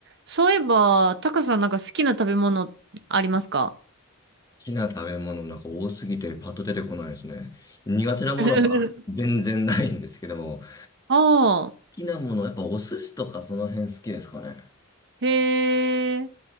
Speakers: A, on the right (about 55°); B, on the left (about 15°).
A: そういえば、タカさんなんか好きな食べ物ありますか
B: きな食べ物なんか多すぎてパッと出てこないですね。苦手なものは全然ないんですけども、
A: <laughs>
B: 好
A: ああ、
B: きなもの、やっぱお寿司とかその辺好きですかね。
A: へえ、